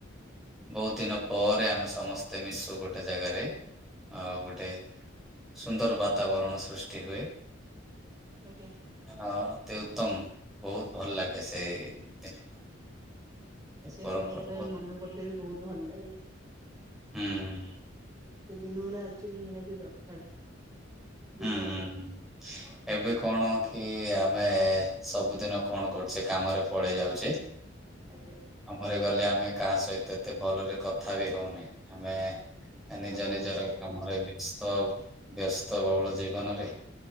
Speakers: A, in the centre; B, on the right (about 20°).
A: ବହୁତ ଦିନ ପରେ ଆମେ ସମସ୍ତେ ମିଶୁ ଗୋଟେ ଜାଗାରେ ଆଉ ଗୋଟେ ସୁନ୍ଦର ବାତାବରଣ ସୃଷ୍ଟି ହୁଏ।
B: ଆଜ୍ଞା।
A: ହଁ ଅତି ଉତ୍ତମ ବହୁତ ଭଲ ଲାଗେ ସେଇ ଦିନ।
B: ସେ
A: ପରମ୍ପରା
B: ଦିନ ଗୁଡା
A: ବହୁତ
B: ମନେ ପଡିଲେ ବି ବହୁତ ଭଲ ଲାଗେ।
A: ହୁଁଁ।
B: ସେ ଦିନ ଗୁଡା ଆକ୍ଚୁଆଲି ନିହାତି ଦରକାର। ଜୀବନରେ
A: ହୁଁ ହୁଁ ହୁଁ।
B: <inaudible>
A: ଏବେ କଣ କି ଆମେ ସବୁଦିନ କଣ କରୁଛେ କାମରେ ପଳେଇ ଯାଉଛେ
B: ଆଜ୍ଞା।
A: କାମରେ ଗଲେ ଆମେ କାହା ସହିତ ଏତେ ଭଲରେ କଥା ବି ହଉନେ ଆମେ ନିଜ
B: କାମରେ
A: ନିଜର
B: ବ୍ୟସ୍ତ
A: କାମରେ
B: ରହୁଛେ।
A: ବ୍ୟସ୍ତ ବ୍ୟସ୍ତ ବ୍ୟସ୍ତ ବହୁଳ ଜୀବନରେ